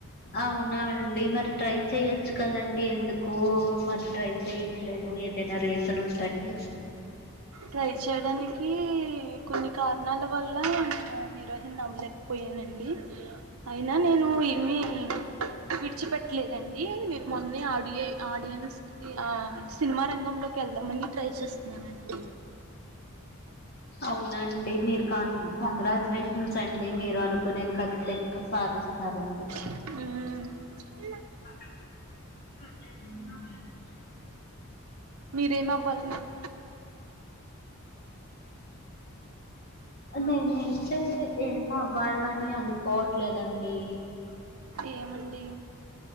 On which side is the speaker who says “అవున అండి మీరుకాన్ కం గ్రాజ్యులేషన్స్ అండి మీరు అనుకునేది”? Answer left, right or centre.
Left